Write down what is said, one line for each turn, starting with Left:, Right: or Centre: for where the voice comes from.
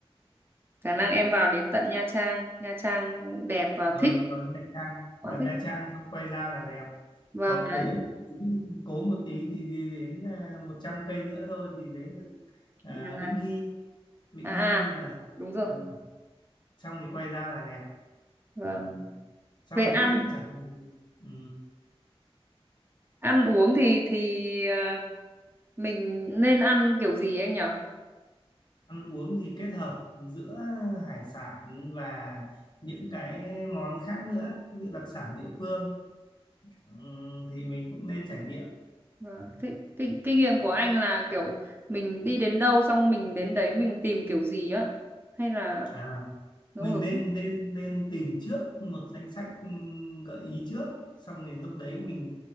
Right: khả năng em vào đến tận Nha Trang Nha Trang đẹp và
Left: ừ,
Right: thích
Left: vào Nha Trang
Right: quá
Left: vào
Right: thích
Left: Nha Trang xong quay ra là đẹp
Right: vâng
Left: có
Right: đấy
Left: cố một tí cố một tí thì đi đến à, 100 cây nữa thôi thì đến được à,
Right: Đà Lạt
Left: Vĩnh Hy Vĩnh
Right: à,
Left: Hy
Right: à
Left: là
Right: đúng rồi
Left: ừ, xong thì quay ra là đẹp
Right: vâng
Left: Ừ. sau
Right: về
Left: đấy
Right: ăn
Left: thì chẳng ừ,
Right: ăn uống thì thì à, mình nên ăn kiểu gì anh nhỉ
Left: ăn uống thì kết hợp giữa hải sản và những cái món khác nữa như đặc sản địa phương ừ, thì mình cũng nên trải nghiệm
Right: Vâng. Thế, kinh, kinh nghiệm của anh là kiểu mình đi đến đâu xong mình đến đấy mình tìm kiểu gì á hay là
Left: À,
Right: ngẫu
Left: mình
Right: hứng
Left: nên nên nên tìm trước một danh sách ừm, gợi ý trước xong rồi lúc đấy mình